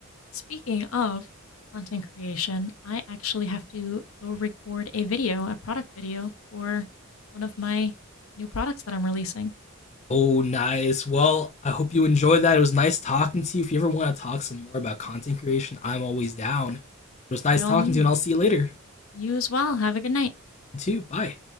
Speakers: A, on the left; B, on the left.
A: speaking of content creation, I actually have to go record a video, a product video for one of my new products that I'm releasing.
B: oh, nice. Well, I hope you enjoyed that. It was nice talking to you. If you ever want to talk some more about content creation, I'm always down. It was nice
A: By all
B: talking
A: means,
B: to you, and I'll see you later.
A: you as well. Have a good night.
B: You too. Bye.